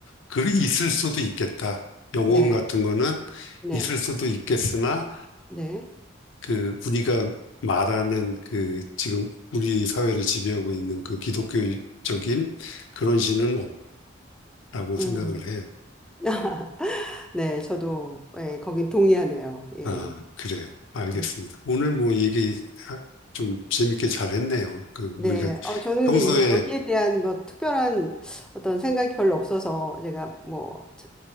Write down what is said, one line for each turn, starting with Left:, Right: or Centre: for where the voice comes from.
Left: 글이 있을 수도 있겠다. 영혼
Centre: 네,
Left: 같은 거는
Centre: 네,
Left: 있을 수도 있겠으나,
Centre: 네,
Left: 그, 우리가 말하는 그, 지금 우리 사회를 지배하고 있는 그 기독교적인 그런 신은 없다라고
Centre: 음,
Left: 생각을 해요.
Centre: <laughs> 네, 저도 예, 거긴 동의하네요. 예,
Left: 아, 그래요. 알겠습니다.
Centre: 네,
Left: 오늘 뭐 얘기 아, 좀 재밌게 잘 했네요. 그,
Centre: 네.
Left: 우리가
Centre: 어, 저는 근데
Left: 평소에,
Centre: 이, 여기에 대한 뭐 특별한 어떤 생각이 별로 없어서 제가 뭐 저-